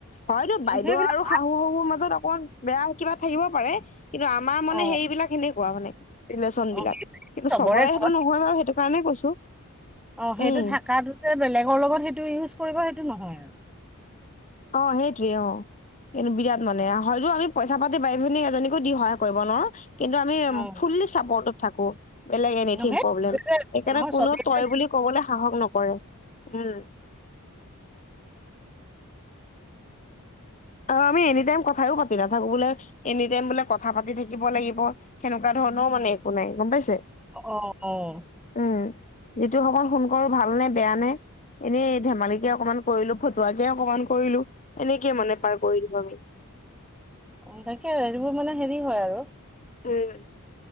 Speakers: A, on the left; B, in the centre.
A: হয়তো বাইদেউ
B: সেইবিলাক
A: আৰু শাহু শহুৰ মাজত অকণ বেয়া কিবা থাকিব পাৰে কিন্তু আমাৰ মানে
B: অ
A: সেইবিলাক সেনেকোৱা মানে ৰিলেচন বিলাক
B: অ সেই
A: কিন্তু চবৰে সেইটো
B: ঘৰত
A: নহয় বাৰু সেইটো কাৰণেই কৈছো
B: অ সেইটো
A: উম
B: থকাটোতে বেলেগৰ লগত সেইটো ইউজ কৰিব সেইটো নহয় আৰু
A: অ সেইটোৱে অহ কিন্তু বিৰাট মানে হয়তো আমি পইচা পাতি বাই ভনী এজনীকো দি সহায় কৰিব নোৱাৰো। কিন্তু আমি
B: অ
A: ফুললি থাকো। বেলেগ এনিথিং
B: নহয়
A: প্ৰব্লেম সেইকাৰণে
B: নহয়
A: কোনো
B: চবেই
A: তই
B: যে
A: বুলি কবলৈ সাহস নকৰে। উম। অ আমি এনি টাইম কথও পাতি নাথাকো বোলে এনি টাইম বোলে কথা পাতি থাকিব লাগিব সেনেকুৱা ধৰণ। ন মানে একো নাই গম পাইছে।
B: অ অ'
A: উম যিটো সকল সোন কৰো ভাল নে বেয়া নে। এনেই ধেমালিকে অকনমান কৰিলো ফতুৱাকে অকনমান কৰিলো এনেকে। মানে পাৰ কৰি দিম আমি।
B: অ তাকে আৰু এইবোৰ মানে হেৰি হয় আৰু
A: উম